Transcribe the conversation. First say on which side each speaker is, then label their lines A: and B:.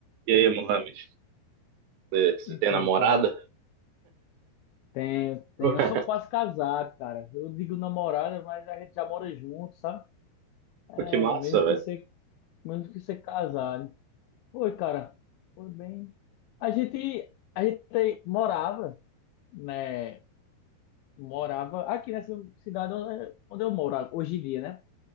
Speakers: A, on the right (about 85°); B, on the left (about 85°).
A: E aí, Mohamed, você você
B: Então,
A: tem namorada?
B: cara, tenho, tenho.
A: <laughs>
B: Eu sou quase casado, cara. Eu digo namorada, mas a gente já mora junto, sabe? É,
A: Pô, Que massa,
B: mesmo que
A: velho.
B: ser, mesmo que ser casado. Foi, cara. Foi bem. A gente, a gente morava, né? Morava aqui nessa cidade onde onde eu moro hoje em dia, né?